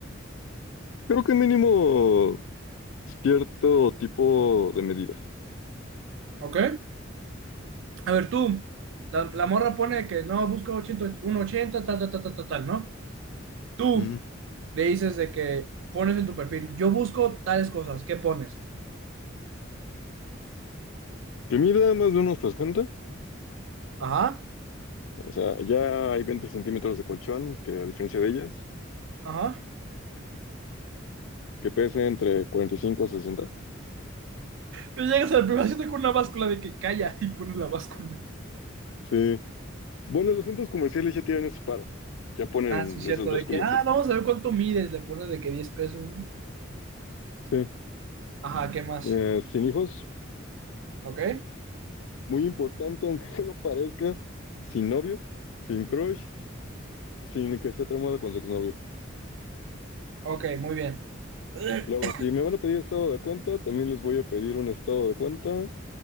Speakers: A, on the left (about 70°); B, on the right (about 65°).
A: Creo que mínimo cierto tipo de medida.
B: ¿Ok? A ver, tú, la, la morra pone que no, busca 80, 180, tal, tal, tal, tal, tal, tal, ¿no? Tú
A: Mm.
B: le dices de que pones en tu perfil, yo busco tales cosas, ¿qué pones?
A: Que mida más de unos 60.
B: Ajá,
A: O sea, ya hay 20 centímetros de colchón, que a diferencia de ellas,
B: ajá.
A: que pese entre 45 y 60.
B: Pero llegas a la primera cita con una báscula de que calla y pones la báscula.
A: Sí. Bueno, los centros comerciales ya tienen ese paro. Ya ponen
B: Ah, sí, es cierto,
A: esas básculas,
B: de que, ah,
A: sí.
B: vamos a ver cuánto mides, le pones de que diez pesos, ¿no?
A: Sí.
B: Ajá, ¿qué más?
A: Eh, sin hijos,
B: ¿Ok?
A: muy importante, aunque <laughs> no lo parezca, sin novio, sin crush, sin que esté tramado con su exnovio.
B: Ok, muy bien. <clears throat>
A: Luego, si me van a pedir estado de cuenta, también les voy a pedir un estado de cuenta.